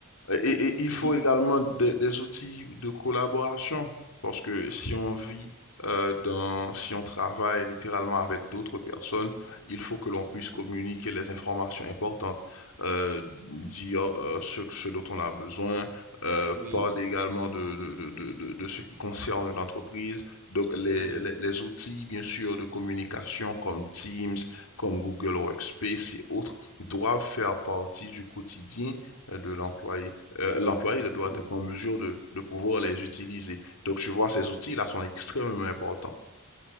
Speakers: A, on the left; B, on the right.
A: Et, et il
B: Oui,
A: faut également des, des outils de collaboration, parce que si on vit euh, dans, si on travaille littéralement avec d'autres personnes, il faut que l'on puisse
B: oui,
A: communiquer les informations importantes, euh, dire euh, ce, ce dont on a besoin, euh,
B: oui,
A: parler également de, de, de, de, de- ce qui concerne l'entreprise. Donc les,
B: oui,
A: les, les outils, bien sûr, de communication comme Teams, comme Google Workspace et autres, doivent faire partie du quotidien euh, de l'employé euh, l'employé il doit
B: oui.
A: être en mesure de, de pouvoir les utiliser. Donc, tu vois, ces outils-là sont extrêmement importants.